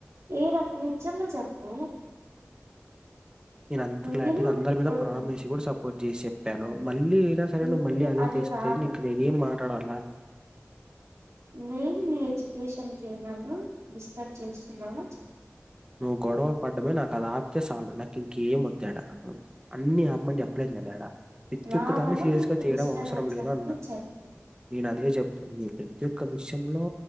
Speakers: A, on the right; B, on the right.
A: ఏ నక్ నిజంగా చెప్పూ
B: నేను అంత క్లార్టిగ
A: నేను
B: అందరి మీద
A: వద్దు
B: ప్రామిస్ గుడా సపోర్ట్ జెసి చెప్పాను మళ్ళీ ఐనా సరే
A: నేను
B: నువ్వు మళ్ళీ అదే
A: అది
B: తీస్తే
A: కాదు
B: ఇంక నేనెం మాట్లాడాలా
A: నేన్ నీ ఎజుకేషన్కి ఏమన డిస్టర్బ్ చేస్తున్నాన చెప్
B: నువ్వు గొడవ పడ్డమే నాకది ఆపితే సాలు నాకింకేం ఒద్దాడా అన్నీ ఆపమనీ జెప్ డ ప్రతి
A: నా
B: ఒక్క దాన్ని
A: వల్ల
B: సీరియస్గా
A: నీకు
B: తీయడం
A: డిస్టర్బెన్స్
B: అవసరం లేదు
A: అంటే
B: అన్నా
A: చెప్పు
B: నేను అదే జేప్ న ప్రతి ఒక్క విషంలో